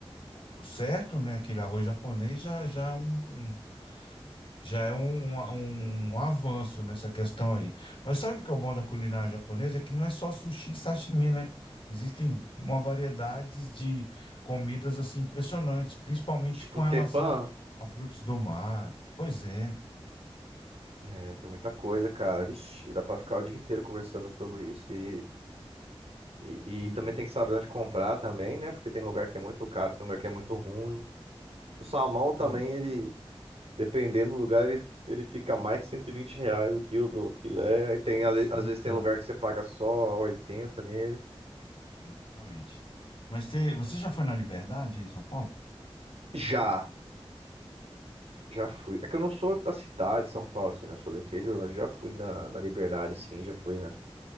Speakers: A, on the left; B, on the right.
A: o certo, né, aquele arroz japonês já, já é um, um- já é um, um, um avanço nessa questão aí. Mas sabe o que que é o bom da culinária japonesa? É que não é só sushi e sashimi, né? Existem uma variedade de comidas assim impressionantes, principalmente
B: Tipo,
A: com relação
B: tepan,
A: a frutos do mar. Pois é.
B: é, tem muita coisa, cara. Vixe, dá pra ficar o dia inteiro conversando sobre isso. E, e,
A: Uhum,
B: e também tem que saber onde comprar também, né? Porque tem lugar que é muito caro, tem lugar que é muito ruim. O salmão
A: exatamente.
B: também, ele Dependendo do lugar, ele, ele fica mais que 120 reais o quilo do filé. Aí tem,
A: Putz,
B: ali-
A: muito
B: às vezes
A: caro.
B: tem lugar que você paga só oitenta. nele.
A: Exatamente. Mas você, você já foi na Liberdade aí em São Paulo?
B: Já, já fui. É que eu não sou da cidade, de São Paulo, assim, né? Eu sou do interior, mas já fui na, na Liberdade, sim, já fui, né?